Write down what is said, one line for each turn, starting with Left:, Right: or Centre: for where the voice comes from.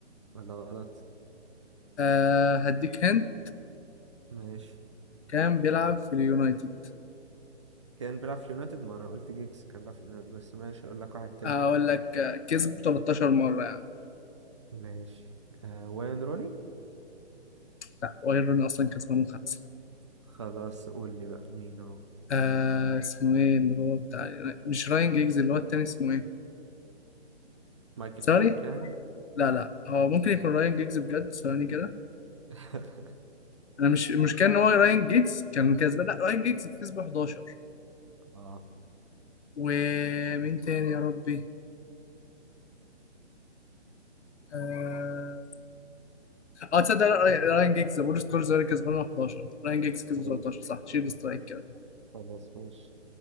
Right: ولا غلط
Left: أه هديك هند
Right: ماشي
Left: كان بيلعب في اليونايتد
Right: كان بيلعب في اليونايتد ما أنا قلت جيكس كان بيلعب في اليونايتد بس ماشي أقول لك واحد تاني
Left: اقول لك آه، كسب 13 مره يعني
Right: ماشي آه وين روني
Left: لا واير روني اصلا كسبان خمسه
Right: خلاص قول لي بقى مين هو
Left: آه اسمه ايه اللي هو بتاع مش راين جيجز اللي هو التاني اسمه ايه
Right: مايكل
Left: ساري
Right: كاريك يعني
Left: لا لا هو ممكن يكون راين جيجز بجد ثواني كده
Right: <laughs>
Left: انا مش مش كان هو راين جيجز كان كسبان لا راين جيجز كسب 11
Right: اه
Left: ومين تاني يا ربي اه آه، تصدق لا، راي- راين جيجز بول سكولز هو اللي كسبان 11 راين جيجز كسب
Right: ماشي
Left: 13 صح شيل سترايك كده
Right: خلاص ماشي